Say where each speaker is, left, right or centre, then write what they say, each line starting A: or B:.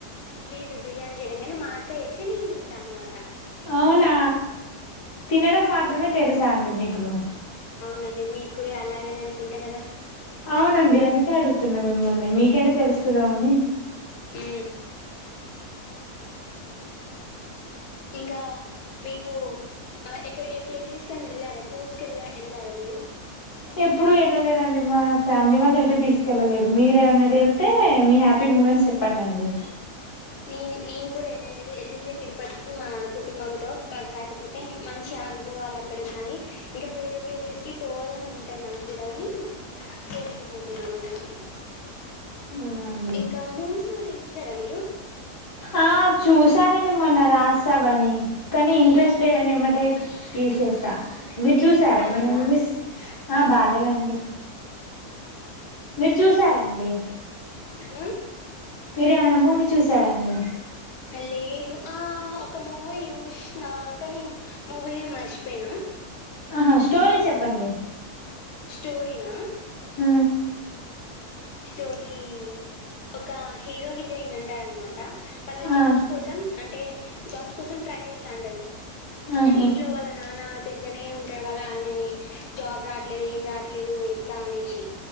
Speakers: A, on the left; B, on the left.
A: ఇ బిర్యానీ చేయడం కానీ మా అక్క చేేస్తే నేను తింటా అనమాట
B: అవునా తినడం మాత్రమే తెలుసా అండి మీకు దొ
A: నండి మీక్కుడా అలాగనే అనుకుంటా కదా
B: అవునండి అందుకే అడుగుతున్నా మిమ్మల్ని మీకైనా తెలుస్తదా అని
A: మ్మ్ ఇంకా మీకు ఎక్కడ ఏ ప్లేసెస్ కన్నా వెళ్ళారా టూర్స్కి వెళ్ళా వెళ్ళారా మీరు
B: ఎప్పుడుూ ఎళ్ళలేదండి మా ఫ్యామిలీ వాళ్ళు ఎటు తీసుకెళ్ళలేదు మీరేమైనా వెళ్తే మీ హ్యాపీ మూమెంట్స్ చెప్పండండి
A: నే నేను కూడా ఎళ్ళలేదు ఎళ్ళింది తిరుపతికి మా కుటుంబంతో మా కాకపోతే మంచి అనుభవాలు అక్కడ ఉన్నాయి ఇంకా వేరే ప్లేసెస్ కి పోవాలని ఉంటాది నాకు కూడాగాని పోలేకపోతున్నాను అంటే
B: అవునా అండి
A: ఇంకా మూవీస్ ఏమన్నా చూస్ చూస్తారా మీరు
B: ఆ చూసానండి మొన్న రాజాసబని కానీ ఇంట్రెస్ట్ లేదని ఏంబటే తీసేస మీరు
A: ఎందుకు
B: చూసారా
A: బాలేదా
B: ఏమన్నా మువీస్ ఆ బాగా ఏమండి మీరు చూసారాండి
A: ఉ
B: మీరు ఏమన్న మూవీ చూసా సరే అండి
A: లేదు ఆ ఒక మూవీ చూసినా కానీ మూవీ నే మర్చిపోయినా
B: ఆహా స్టోరీ చెప్పండి
A: స్టోరినా
B: ఉ
A: స్టోరీ ఒక హీరో హీరోయిన్ అంటారన్నమాట వాళ్ళు
B: ఆ
A: జాబ్స్ కోసం అంటే జాబ్స్ కోసం ట్రై చేస్తాంటారు
B: ఆహా
A: ఇంట్లో వాళ్ళ నాన్న తిడుతనే ఉంటాడు వాళ్ళు ఆయనని జాబ్ రావట్లేదు ఏం రావట్లేదు ఎట్లా అనేసి